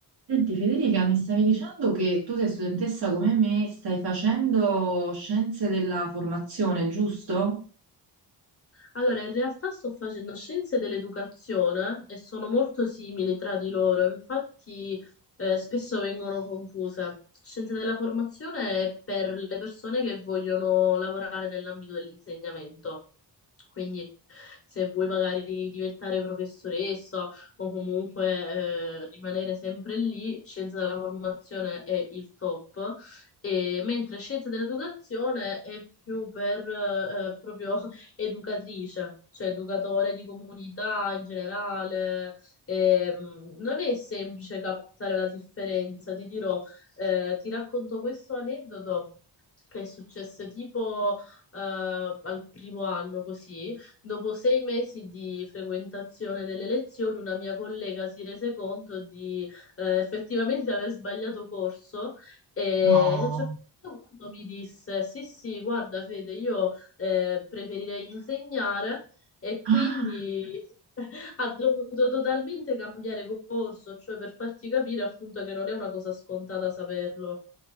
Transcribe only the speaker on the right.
Senti Federica, mi stavi dicendo che tu sei studentessa come me, stai facendo scienze della formazione, giusto?
No,
Ah,